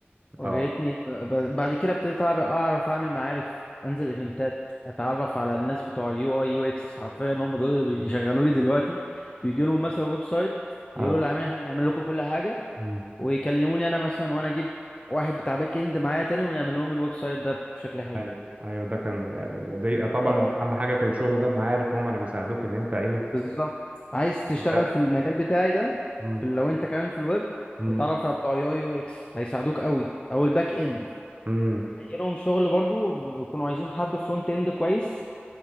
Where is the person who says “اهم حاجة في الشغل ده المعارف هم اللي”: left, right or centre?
Right